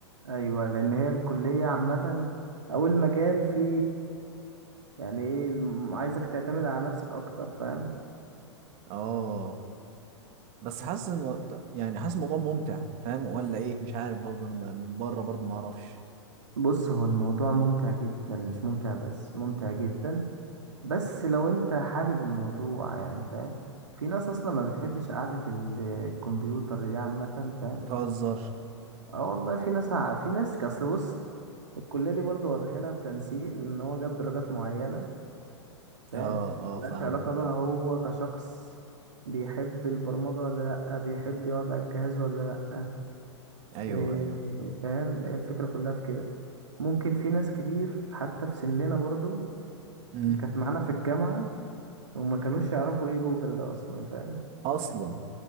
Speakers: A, on the right; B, on the right.
A: ايوه لان هي الكلية عامة او المجال فيه يعني ايه الم- عايزك تعتمد على نفسك اكتر فاهم
B: اه بس حاسس الم... يعني حاسس الموضوع ممتع فاهم ولا ايه مش عارف برضه انا م- من بره برضه ما اعرفش
A: بص هو الموضوع ممتع جدا مش ممتع بس ممتع جدا بس لو انت حابب الموضوع يعني فاهم في ناس اصلا ما بتحبش قعدة ال- الكمبيوتر دي عامة فاهم
B: بتهزر
A: اه والله في ناس ع- في ناس اصل بص الكلية دي برضه هو داخلها بتنسيق لان هو جاب درجات معينة فاهم
B: اه اه
A: ملهاش
B: فاهمك
A: علاقة بقى
B: فاهم
A: هو كشخص بيحب البرمجة ولا لأ بيحب يقعد على الجهاز ولا لأ
B: ايوه
A: إيه
B: ايوه
A: فاهم هي الفكرة كلها في كده ممكن في ناس كتير حتى في سننا برضو
B: امم
A: كانت معانا في الجامعة وما كانوش يعرفوا ايه جوجل ده اصلا فاهم
B: اصلا